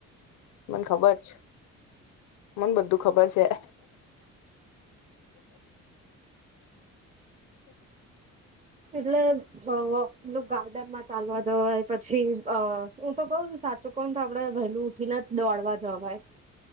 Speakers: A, on the left (about 80°); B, on the right (about 25°).
A: મને ખબર છે મને બધું ખબર છે
B: એટલે પેલું ગાર્ડનમાં ચાલવા જવાય પછી હું તો કઉ ને સાચું કોણ તો આપડે વહેલું ઉઠીને દોડવા જવાય